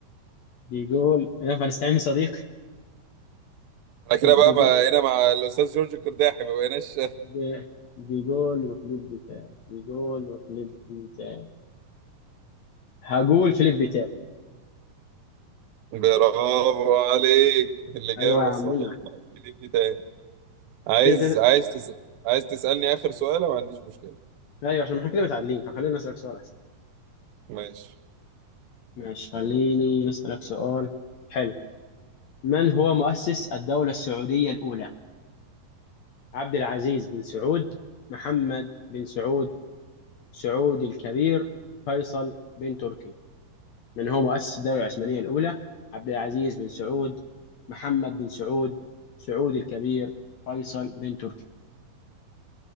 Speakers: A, on the left; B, on the right.
A: دي جول ينفع نستعين بصديق
B: انا كده
A: <laughs>
B: بقى,
A: دي
B: بقى
A: جول
B: هنا مع الاستاذ جورج القرداحي ما بقيناش
A: دي دي جول وفليب دي تام دي جول وفليب دي تام هقول فليب دي تام
B: برافو عليك الإجابة
A: ايوه يا عمنا
B: الصحيحة في ليك تاني عايز
A: كده تت...
B: عايز تسأل عايز تسألني آخر سؤال ما عنديش مشكلة
A: ايوه عشان احنا كده متعادلين فخلينا نسألك سؤال احسن
B: ماشي
A: ماشي خليني نسألك سؤال حلو من هو مؤسس الدولة السعودية الأولى؟ عبد العزيز بن سعود، محمد بن سعود، سعود الكبير، فيصل بن تركي. من هو مؤسس الدولة العثمانية الأولى؟ عبد العزيز بن سعود، محمد بن سعود، سعود الكبير، فيصل بن تركي.